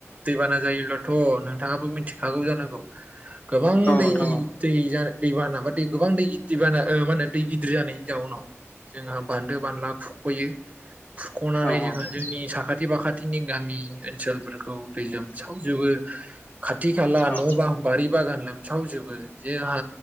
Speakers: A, on the right; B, on the left.
A: दैबाना जायोब्लाथ' नोंथाङाबो मिथिखागौ जानांगौ गोबां
B: औ
A: दैनि
B: नोंथां औ
A: दै जानो दै बाना बा दै गोबां दै गिदिर बाना ओ मा होनो दै गिदिर जानायनि जाउनाव जोंहा बान्दो बानला खुख'यो खुरख'नानै
B: औ
A: जोंहा जोंनि साखाथि फाखाथिनि गामि ओनसोलफोरखौ दै लोमसावजोबो खाथि खाला
B: औ
A: न' बां बारि बागान लोमसावजोबो जोंहा